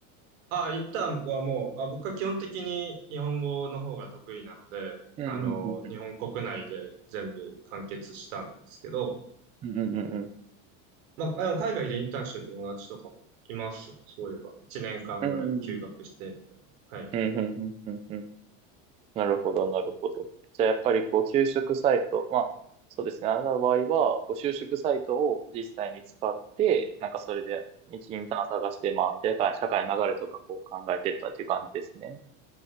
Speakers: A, on the right (about 80°); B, on the right (about 15°).
A: あ、インターンはもう、あ、僕は基本的に日本語の方が得意なので、
B: うん、
A: あの、
B: うん、うん、うん、
A: 日本国内で全部完結したんですけど、
B: うん、うん、
A: まあ、でも海外でインターンしてる友達とかもいますね。そういえば。1年間ぐらい休学してみたいな。
B: うん、うん、
A: はい。
B: うん、うん、うんうんうんなるほど、なるほど。じゃあ、やっぱりこう、就職サイト、まあ、そうですね。あなたの場合は、こう、就職サイトを実際に使って、なんかそれで、一インターン探して、まあ、社会、社会の流れとかこう考えてったっていう感じですね。